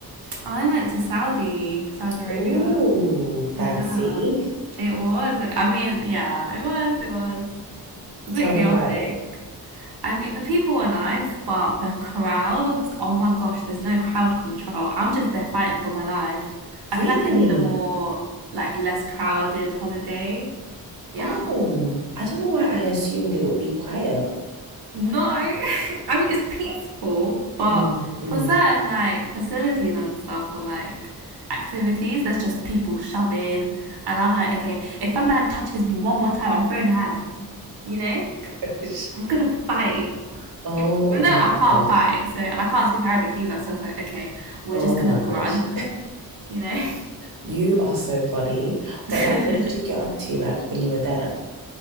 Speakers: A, on the right; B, on the right.
A: I went to Saudi, Saudi Arabia.
B: Ooh,
A: Yeah,
B: fancy.
A: it was. I mean, yeah, it was. It was. It was
B: Tell
A: a bit chaotic.
B: me about it.
A: I mean, the people were nice, but the crowds, oh my gosh, there's no crowd control. I'm just there fighting for my life. I
B: Really?
A: feel like I need a more, like, less crowded holiday. Yeah.
B: Oh, I don't know why I assumed it would be quiet.
A: No, <laughs> I mean it's peaceful, but
B: Mm, mm.
A: for certain like facilities and stuff or like activities, there's just people shoving, and I'm like, okay, if a man touches me one more time, I'm throwing hands. You know,
B: <laughs> Oh, gosh.
A: I'm gonna fight.
B: Oh
A: Even
B: my
A: though I can't
B: gosh.
A: fight, so and I can't speak Arabic either, so I was like, okay, we're
B: Oh
A: just gonna
B: my
A: grunt.
B: gosh.
A: You know.
B: You are so funny.
A: <laughs>
B: But like, what did you get up to like when you were there?